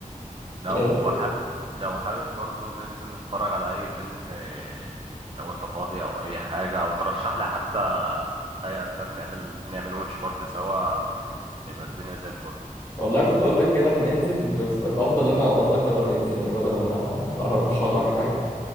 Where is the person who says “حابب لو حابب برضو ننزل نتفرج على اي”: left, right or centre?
Right